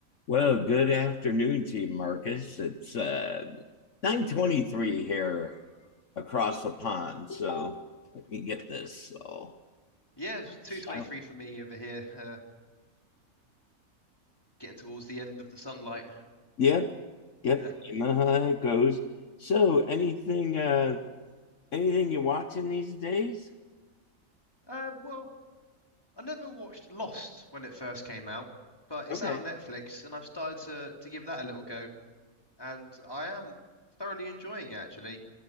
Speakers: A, on the left; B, on the left.
A: Well, good afternoon to you, Marcus. It's uh, 923 here across the pond. So let me get this. So,
B: Yeah, two
A: so-
B: twenty-three for me over here. Uh, getting towards the end of the sunlight.
A: yep, yep.
B: Yeah.
A: You know how it goes. So anything uh anything you watching these days?
B: Um, well, I never watched Lost when it first came out, but it's
A: Okay.
B: out on Netflix, and I've started to to give that a little go, and I am thoroughly enjoying it actually. Have